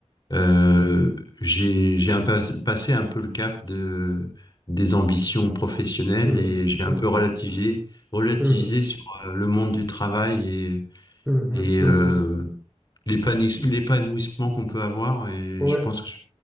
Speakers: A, on the left; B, in the centre.
A: Euh, j'ai, j'ai un pas- passé un peu le cap de, des ambitions professionnelles
B: Hum,
A: et j'ai un
B: hum,
A: peu relativisé, relativisé
B: hum,
A: sur euh, le monde du travail et,
B: hum, hum,
A: et
B: hum.
A: euh, l'épanouis- l'épanouissement qu'on peut avoir. Et
B: Ouais,
A: je pense que, je-